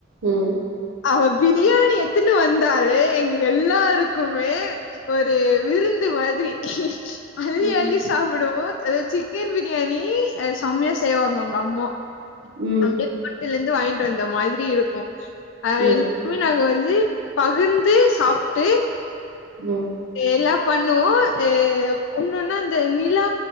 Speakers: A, on the right; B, on the left.
A: உம்
B: அவ ப்ரியாணி எத்துனு வந்தாலே எங்க எல்லாருக்குமே ஒரு விருந்து மாத்ரி அள்ளி
A: ம்,
B: அள்ளி சாப்டுபோ அதுல சிக்கன் பிரியாணி உ செம்மையா செய்வாங்க அவுங்க அம்மா
A: ம்,
B: அப்டியே <inaudible> லெந்து வாங்கின் அந்த மாதிரி இருக்கு அஹ்
A: ம்,
B: என்னிக்குமே நாங்க வந் து பகிர்ந்து சாப்ட்டு
A: ம்,
B: எல்லாப் பண்ணுவோ ஆ ஒன்னொன்னா இந்த நிலா